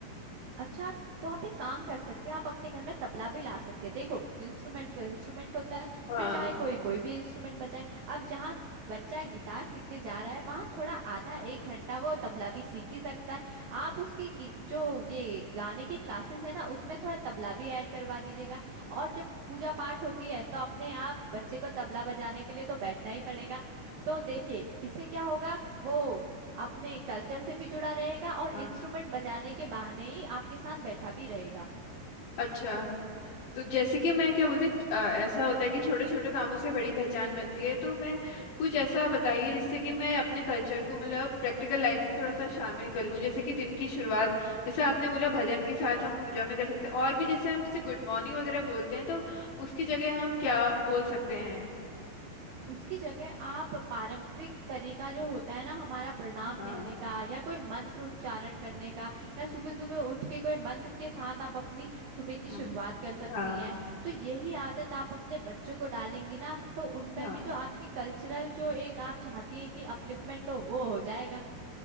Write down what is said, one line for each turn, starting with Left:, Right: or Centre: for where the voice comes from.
Right: अच्छा तो आप एक काम कर सकते हैं आप अपने घर में तबला भी ला सकते हैं देखो इंस्ट्रूमेंट तो इंस्ट्रूमेंट होता है
Left: हाँ
Right: फिर चाहे कोई कोई भी इंस्ट्रूमेंट बजाए अब जहाँ बच्चा गिटार सीखने जा रहा है वहां थोड़ा आधा एक घंटा वो तबला भी सीख ही सकता है आप उसकी कि- जो ये गाने की क्लासेस है ना उसमें थोड़ा तबला भी ऐड करवा दीजिएगा और जब पूजा पाठ होती है तो अपने आप बच्चे को तबला बजाने के लिए तो बैठना ही पड़ेगा तो देखिए इससे क्या होगा वो अपने कल्चर से भी जुड़ा रहेगा और
Left: हाँ
Right: इंस्ट्रूमेंट बजाने के बहाने ही आपके साथ बैठा भी रहेगा
Left: अच्छा तो जैसे कि मैं क्या बोलते अ, ऐसा होता है कि छोटे छोटे कामों से बड़ी पहचान बनती है तो मैं कुछ ऐसा बताइए जिससे कि मैं अपने कल्चर को मतलब प्रैक्टिकल लाइफ में थोड़ा सा शामिल कर लूँ जैसे कि दिन की शुरुआत जैसे आपने बोला भजन के साथ हम पूजा में कर सकते हैं और भी जैसे हम जैसे गुड मॉर्निंग वगैरह बोलते हैं तो उसकी जगह हम क्या बोल सकते हैं
Right: उसकी जगह आप पारंपरिक तरीका जो होता है ना हमारा प्रणाम
Left: हाँ
Right: कहने का या कोई मंत्र उच्चारण करने का या सुबह सुबह उठ के कोई मंत्र के साथ आप अपनी सुबह की
Left: हम्म,
Right: शुरुआत कर सकती
Left: हाँ
Right: हैं तो यही आदत आप अपने बच्चों को डालेंगी ना तो उनमें
Left: हाँ
Right: भी जो आपकी कल्चरल जो एक आप चाहती हैं कि अपलिफ्टमेंट हो वो हो जाएगा